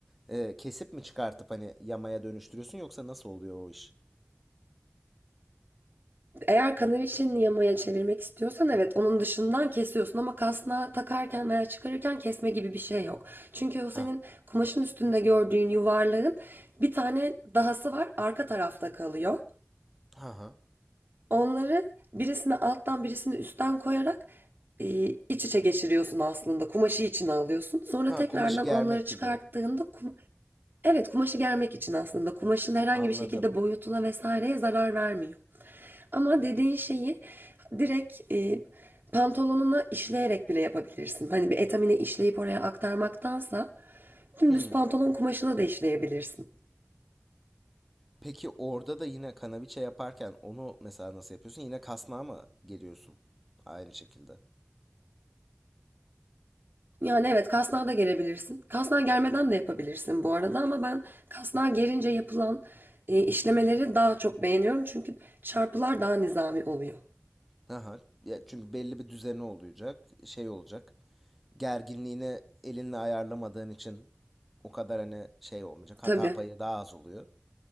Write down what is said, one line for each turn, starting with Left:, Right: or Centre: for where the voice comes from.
Centre: e, kesip mi çıkartıp hani yamaya dönüştürüyorsun yoksa nasıl oluyor o iş?
Right: Eğer kanaviçenin yamaya çevirmek istiyorsan evet onun dışından kesiyorsun ama kasnağı takarken veya çıkarırken kesme gibi bir şey yok. Çünkü o
Centre: Ha.
Right: senin kumaşın üstünde gördüğün yuvarlağın bir tane dahası var arka tarafta kalıyor.
Centre: Ha ha.
Right: Onları birisini alttan birisini üstten koyarak e, iç içe geçiriyorsun aslında. Kumaşı içine alıyorsun. Sonra
Centre: Ha
Right: tekrardan
Centre: kumaşı germek
Right: onları çıkarttığında
Centre: gibi.
Right: kum- Evet, kumaşı germek için aslında. Kumaşın herhangi
Centre: Anladım.
Right: bir şekilde boyutuna vesaireye zarar vermiyor. Ama dediğin şeyi direkt e, pantolonuna işleyerek bile yapabilirsin. Hani bir etamine işleyip oraya aktarmaktansa dümdüz
Centre: Hmm.
Right: pantolon kumaşına da işleyebilirsin.
Centre: Peki orada da yine kanaviçe yaparken onu mesela nasıl yapıyorsun? Yine kasnağa mı geriyorsun? Aynı şekilde.
Right: Yani evet kasnağa da gerebilirsin. Kasnağa germeden de yapabilirsin bu arada ama ben kasnağa gerince yapılan e, işlemeleri daha çok beğeniyorum. Çünkü çarpılar daha nizami oluyor.
Centre: Aha. Ya çünkü belli bir düzeni olacak, şey olacak. Gerginliğini elinle ayarlamadığın için o kadar hani şey olmayacak.
Right: Tabii,
Centre: Hata payı daha az oluyor.